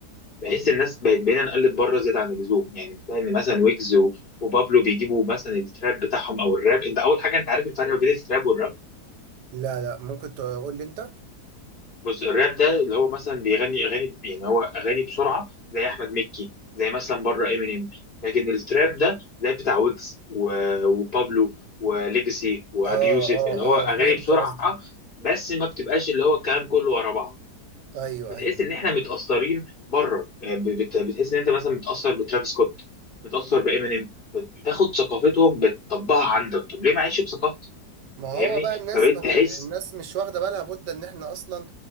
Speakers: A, on the left; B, on the right.
A: بحيث الناس بقت بقينا نقلد بره زياده عن اللزوم يعني بتلاقي ان مثلا ويجز و- وبابلو بيجيبوا مثلا التراب بتاعهم او الراب انت اول حاجه انت عارف الفرق ما بين التراب والراب
B: لا لا ممكن تقول لي انت اه
A: بص الراب ده اللي هو مثلا بيغني اغاني يعني هو اغاني بسرعه زي احمد مكي زي مثلا بره امينيم لكن التراب ده زي بتاع ويجز و- وبابلو وليجسي وابي
B: اه
A: يوسف اللي هو اغاني
B: اه فهمت
A: بسرعه
B: قصدي
A: بس ما بتبقاش اللي هو الكلام كله ورا بعض
B: ايوه
A: بتحس
B: ايوه
A: ان احنا متاثرين بره يعني بت- بتحس ان انت مثلا متاثر بترافيس سكوت متاثر بامينيم بتاخد ثقافتهم بتطبقها عندك طب ليه ما اعيش بثقافتي
B: ما هو
A: فاهمني
B: بقى الناس
A: فبقيت
B: مت...
A: تحس
B: الناس مش واخدة بالها بد ان احنا اصلا